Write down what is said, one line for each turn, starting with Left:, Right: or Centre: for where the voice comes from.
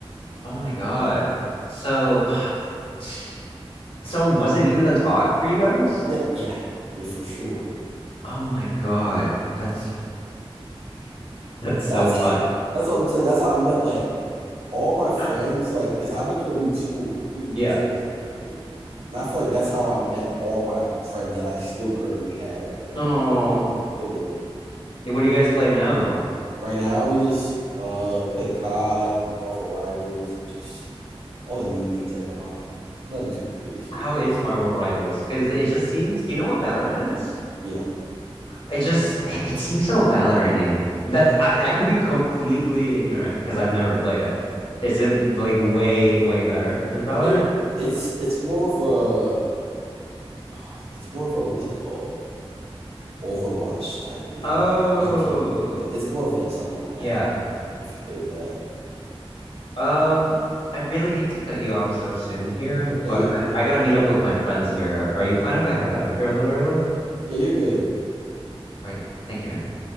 Left: Oh my God. So, <sighs> so was it even the talk for you guys?
Right: Yeah, yeah, yeah, for sure.
Left: Oh my God, that's that's
Right: That's
Left: so
Right: <laughs>
Left: funny.
Right: that's what I'm saying. That's how I met like all my friends,
Left: <gasps>
Right: like, because I went to a new school, completely
Left: Yeah.
Right: new school in seventh grade. And I feel like that's how I met all my friends that I still currently have, like right
Left: Oh,
Right: now. Literally.
Left: what do you guys play now?
Right: Right now, we just uh we play COD, Marvel Rivals, and just all the new games that come out. Nothing too crazy.
Left: How is Marvel Rivals? Because it just seems. Do you know what Valorant is?
Right: Yeah.
Left: It just it seems so Valorant-y. That I, I could be completely ignorant because I've never played it. Is it like way, way better than Valorant?
Right: It it's it's more of a <sighs> it's more of a what's it called? Overwatch type game,
Left: Oh,
Right: like team game. It- It's more of like something like that
Left: yeah.
Right: if you played that.
Left: Um, I really hate to cut you off so soon here,
Right: No,
Left: but
Right: you're
Left: I,
Right: no, you're
Left: I gotta
Right: fine.
Left: meet up with my friends here. Are you fine if I head out of here a little early? All
Right: Yeah, you're good.
Left: right. Thank you, man.